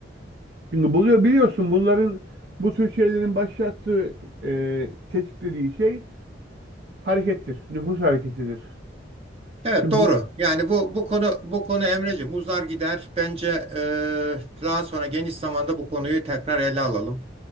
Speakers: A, on the right (about 60°); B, on the right (about 30°).
A: Çünkü buluyor biliyorsun bunların bu tür şeylerin başlattığı e, tetiklediği şey harekettir, nüfus hareketidir.
B: Evet
A: Şimdi
B: doğru. Yani bu bu konu bu konu Emreciğim uzar gider. Bence e, daha sonra geniş zamanda bu konuyu tekrar ele alalım.